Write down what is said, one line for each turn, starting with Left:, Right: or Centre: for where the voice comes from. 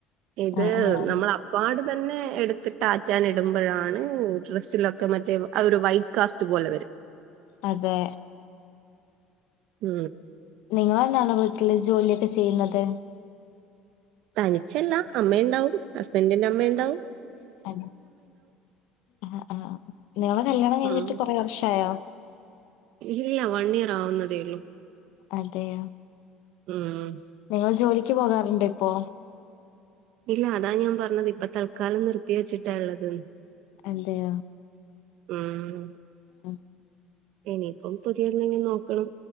Right: ഇത്
Left: ആഹ് ആഹ്
Right: നമ്മൾ അ അപ്പാട് തന്നെ എടുത്തിട്ട് ആറ്റാൻ ഇടുമ്പോഴാണ് ഡ്രസ്സിലൊക്കെ മറ്റേ ആ ഒരു വൈ കാസ്റ്റ് പോലെ വരും
Left: അതെ
Right: ഉം
Left: നിങ്ങൾ തന്നാണോ വീട്ടില് ജോലിയൊക്കെ ചെയ്യുന്നത്
Right: തനിച്ചല്ല അമ്മയുണ്ടാവും ഹസ്ബന്റിന്റെ അമ്മ ഇണ്ടാവും.
Left: ആഹ് ആഹ് ആഹ് നിങ്ങളെ കല്യാണം കഴിഞ്ഞിട്ട്
Right: ഉം.
Left: കൊറെ വർഷായോ
Right: ഇല്ല വൺ ഇയർ ആവുന്നതേ ഉള്ളൂ.
Left: അതെയ
Right: ഉം
Left: നിങ്ങൾ ജോലിക്ക് പോകാറുണ്ടോ ഇപ്പോ?
Right: ഇല്ല അതാ ഞാൻ പറഞ്ഞത് ഇപ്പ തൽക്കാലം നിർത്തി വെച്ചിട്ടാ ഉള്ളത്.
Left: എന്തയ?
Right: ഉം
Left: ഉം
Right: ഇനിയിപ്പം പുതിയെന്തെങ്കി നോക്കണം